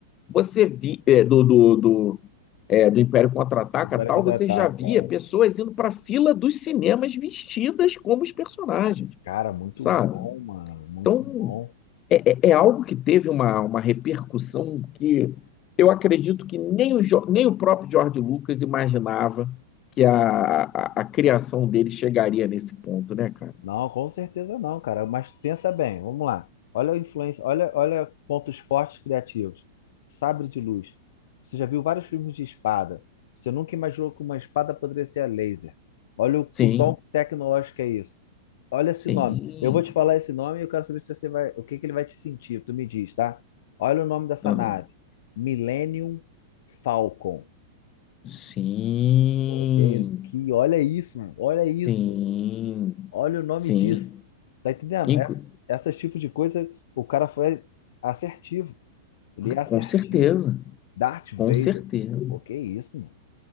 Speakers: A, on the left; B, on the left.
A: Você vi, é, do, do, do, é, do Império Contra-Ataca
B: Espero
A: tal,
B: contratar,
A: você já via
B: cara.
A: pessoas indo para a fila dos cinemas vestidas como os personagens,
B: cara, muito
A: sabe?
B: bom, mano, muito
A: Então,
B: bom.
A: é, é é algo que teve uma, uma repercussão que eu acredito que nem o, nem o próprio George Lucas imaginava que a, a, a criação dele chegaria nesse ponto, né, cara?
B: Não, com certeza não, cara. Mas pensa bem, vamos lá. Olha a influência, olha, olha pontos fortes criativos. Sabre de luz. Você já viu vários filmes de espada. Você nunca imaginou que uma espada poderia ser a laser. Olha o,
A: Sim,
B: o tom tecnológico que é isso. Olha esse
A: sim.
B: nome. Eu vou te falar esse nome e eu quero saber se você vai, o que que ele vai te sentir. Tu me diz, tá? Olha o nome dessa
A: aham.
B: nave. Millennium Falcon.
A: Sim,
B: Ok? Que olha isso, mano. Olha isso.
A: sim,
B: Olha o nome
A: sim.
B: disso. Tá entendendo?
A: Inclu-
B: Essa, essas tipo de coisa, o cara foi assertivo. Ele é assertivo.
A: com certeza,
B: Darth Vader.
A: com certeza.
B: o que isso, mano?